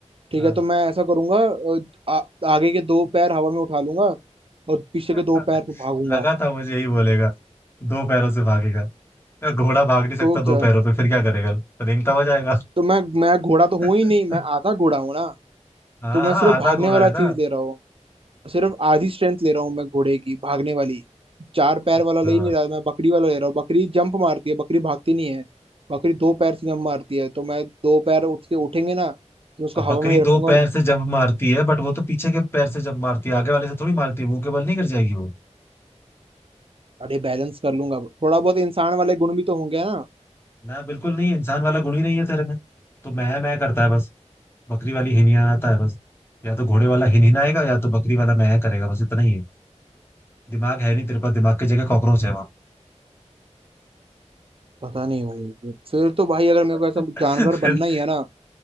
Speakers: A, on the right (about 50°); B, on the left (about 20°).
A: ठीक
B: हाँ
A: है तो मैं ऐसा करूंगा अ, आ, आगे के दो पैर हवा में उठा लूंगा और पीछे
B: <laughs>
A: के दो पैर पे भागूंगा
B: लगा था मुझे यही बोलेगा दो पैरों से भागेगा घोड़ा भाग नहीं सकता
A: तो
B: दो
A: क्या
B: पैरों पे फिर क्या करेगा रेंगता हुआ जाएगा
A: तो मैं मैं घोड़ा तो हूं
B: <laughs>
A: ही नहीं मैं आधा घोड़ा हूं ना
B: हाँ
A: तो मैं
B: हाँ
A: सिर्फ
B: आधा
A: भागने
B: घोड़ा
A: वाला
B: है
A: चीज
B: ना
A: ले रहा हूँ सिर्फ आधी स्ट्रेंथ ले रहा हूँ मैं घोड़े की भागने वाली चार पैर
B: अच्छा
A: वाला ले ही नहीं रहा मैं बकरी वाला ले रहा हूँ बकरी जंप मारती है बकरी भागती नहीं है बकरी दो पैर से जंप मारती है तो मैं दो पैर उठ के उठेंगे ना तो उसको
B: अब
A: हवा
B: बकरी
A: में ही रखूंगा
B: दो पैर
A: और
B: से जंप मारती है बट वो तो पीछे के पैर से जंप मारती है आगे वाले से थोड़ी मारती है मुंह के बल नहीं कर जाएगी वो
A: अरे बैलेंस कर लूंगा थोड़ा बहुत इंसान वाले गुण भी तो होंगे ना
B: ना बिल्कुल नहीं इंसान वाला गुण ही नहीं है तेरे में तो मैं मैं करता है बस बकरी वाली हिनिहानाता है बस या तो घोड़े वाला हिनहिनाएगा या तो बकरी वाला मैं करेगा बस इतना ही है दिमाग है नहीं तेरे पास दिमाग की जगह कॉकरोच है वहां
A: पता नहीं भाई फिर तो भाई अगर मेरे
B: <laughs>
A: को ऐसा जानवर
B: फिर
A: बनना ही है ना